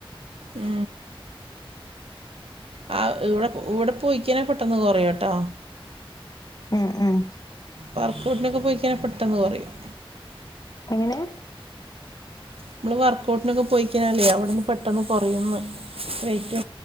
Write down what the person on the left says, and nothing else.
ഉം ഉം
എങ്ങനെ